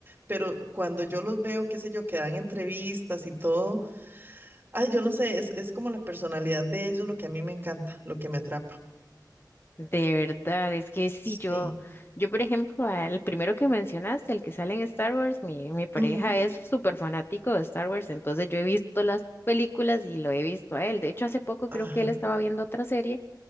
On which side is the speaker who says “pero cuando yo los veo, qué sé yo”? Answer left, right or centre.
Right